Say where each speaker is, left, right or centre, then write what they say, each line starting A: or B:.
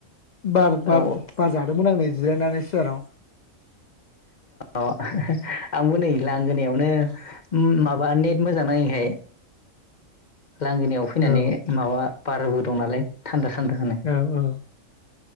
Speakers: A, on the left; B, on the left.
A: बार बार
B: औ
A: बार जादोंमोन आं <unintelligible> जिरायनानै सिआराव
B: औ आंबो नै लांगोनायावनो ओम माबा नेट मोजां नाङैखाय लांगोनायाव फैनानै
A: औ
B: माबा बारबो दं नालाय थान्दा थान्दा नो
A: औ औ